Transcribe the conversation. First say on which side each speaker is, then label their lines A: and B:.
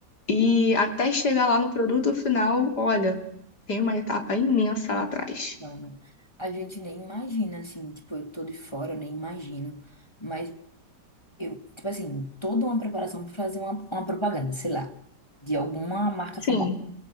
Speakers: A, on the left (about 70°); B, on the left (about 15°).
A: E até chegar lá no produto final, olha, tem uma etapa imensa lá atrás.
B: Não, né? A gente nem imagina, assim, tipo, eu tô de fora, eu nem imagino. Mas, eu, tipo assim, toda uma preparação pra fazer uma, uma propaganda, sei lá, de alguma marca
A: Sim,
B: famosa.